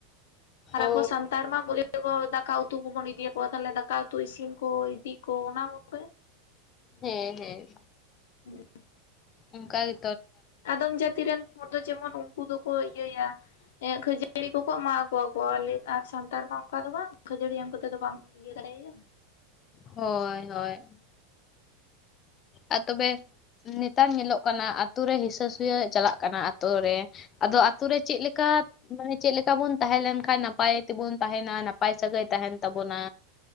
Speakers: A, on the left; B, on the left.
A: ᱟᱨ
B: ᱚ
A: ᱟᱵᱚ ᱥᱟᱱᱛᱟᱲ ᱢᱟ ᱵᱚᱞᱮ ᱫᱟᱠᱟ ᱩᱛᱩ ᱠᱚᱵᱚᱱ ᱤᱫᱤᱭᱟᱠᱚᱣᱟ ᱛᱟᱦᱟᱞᱮ ᱫᱟᱠᱟ ᱩᱛᱩ ᱤᱥᱤᱱ ᱠᱚ ᱤᱫᱤ ᱠᱚ ᱚᱱᱟ ᱠᱚᱜᱮ
B: ᱦᱮᱸ ᱦᱮᱸ
A: <unintelligible>
B: ᱚᱱᱠᱟ ᱜᱮ
A: ᱟᱫᱚᱢ ᱡᱟᱹᱛᱤ ᱨᱮᱱ ᱦᱚᱲ ᱫᱚ ᱡᱮᱢᱚᱱ ᱩᱱᱠᱩ ᱫᱚᱠᱚ ᱤᱭᱟᱹᱭᱟ ᱠᱷᱟᱹᱡᱟᱹᱲᱤ ᱠᱚᱠᱚ ᱮᱢᱟ ᱠᱚᱣᱟ ᱠᱚ ᱟᱞᱮ ᱟᱨ ᱥᱟᱱᱛᱟᱲ ᱢᱟ ᱚᱱᱠᱟ ᱫᱚ ᱵᱟᱝ ᱠᱷᱟᱹᱡᱟᱹᱲᱤ ᱮᱢ ᱠᱟᱛᱮᱫ ᱫᱚ ᱵᱟᱢ ᱤᱭᱟᱹ ᱫᱟᱲᱮᱭᱟ
B: ᱦᱳᱭ ᱦᱳᱭ ᱟᱨ ᱛᱚᱵᱮ ᱱᱮᱛᱟᱨ ᱧᱮᱞᱚᱜ ᱠᱟᱱᱟ ᱟᱛᱳ ᱨᱮ ᱦᱤᱥᱟᱹ ᱥᱩᱭᱟᱹ ᱪᱟᱞᱟᱜ ᱠᱟᱱᱟ ᱟᱛᱳ ᱨᱮ ᱟᱫᱚ ᱟᱛᱩ ᱨᱮ ᱪᱮᱫ ᱞᱮᱠᱟ ᱢᱟᱱᱮ ᱪᱮᱫ ᱞᱮᱠᱟ ᱵᱚᱱ ᱛᱟᱦᱮᱸ ᱞᱮᱱᱠᱷᱟᱱ ᱱᱟᱯᱟᱭ ᱛᱮᱵᱚᱱ ᱛᱟᱦᱮᱱᱟ ᱱᱟᱯᱟᱭ ᱥᱟᱹᱜᱟᱹᱭ ᱛᱟᱦᱮᱱ ᱛᱟᱵᱚᱱᱟ